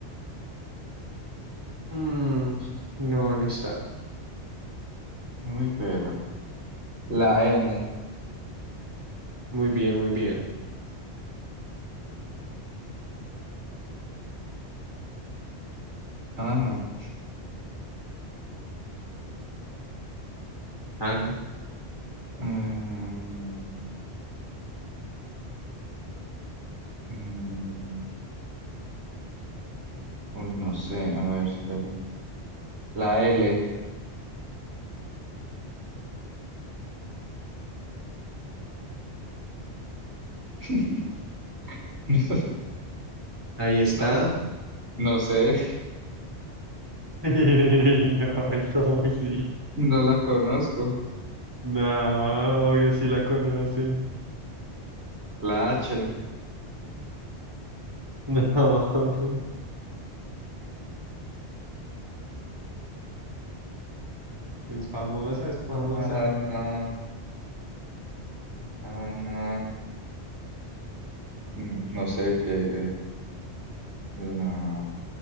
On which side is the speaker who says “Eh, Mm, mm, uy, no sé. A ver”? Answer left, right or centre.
Right